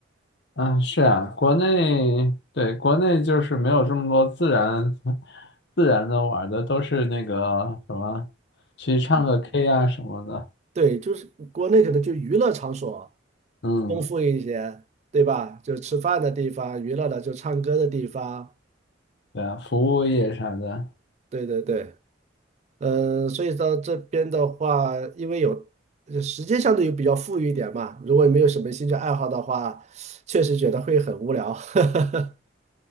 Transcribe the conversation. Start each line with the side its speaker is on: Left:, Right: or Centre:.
Left: 啊，是啊，国内对国内就是没有这么多自然 <laughs> 自然的玩儿的，都是那个什么，去唱个
Right: 嗯，
Left: K 啊什么的。
Right: 对，就是国内可能就娱乐场所。
Left: 嗯，
Right: 丰富一些，对吧？就吃饭的地方，娱乐的就唱歌的地方，
Left: 对啊，服务业啥的，
Right: 对对对，嗯，所以到这边的话，因为有呃时间相对于比较富裕一点嘛，如果你没有什么兴趣爱好的话，确实觉得会很无聊。<laughs>